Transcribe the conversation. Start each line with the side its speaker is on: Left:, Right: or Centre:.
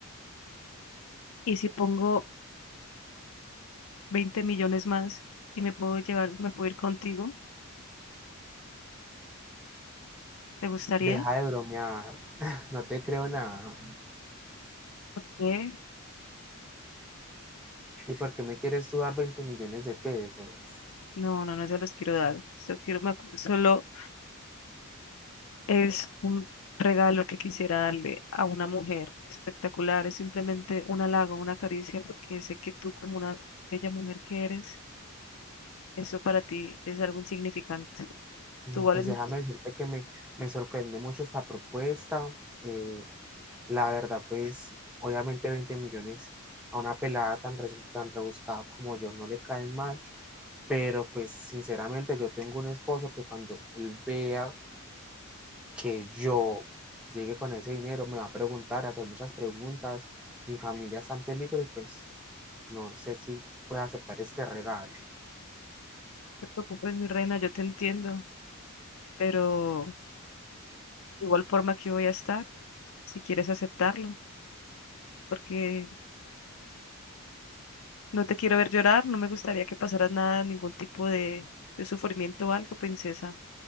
Left: Y si pongo 20 millones más y me puedo llevar, me puedo ir contigo, ¿te gustaría?
Centre: Deja de bromear, <laughs> no te creo nada.
Left: ¿Qué?
Centre: ¿Y por qué me quieres tú dar 20 millones de pesos?
Left: No, no, no se los quiero dar. Solo quiero, me acu- solo es un regalo que quisiera darle a una mujer espectacular, es simplemente un halago, una caricia, porque sé que tú como una bella mujer que eres, eso para ti es algo insignificante.
Centre: No,
Left: Tú vales
Centre: pues déjame
Left: más,
Centre: decirte que me, me sorprende mucho esta propuesta. eh, La verdad, pues obviamente 20 millones a una pelada tan, res- tan rebuscada como yo no le caen mal, pero pues sinceramente yo tengo un esposo que cuando él vea que yo llegue con ese dinero me va a preguntar, a hacer muchas preguntas, mi familia está en peligro y pues no sé si puede aceptar este regalo.
Left: no te preocupes, mi reina, yo te entiendo, pero igual forma que voy a estar, si quieres aceptarlo, porque no te quiero ver llorar, no me gustaría que pasaras nada, ningún tipo de, de sufrimiento o algo, princesa.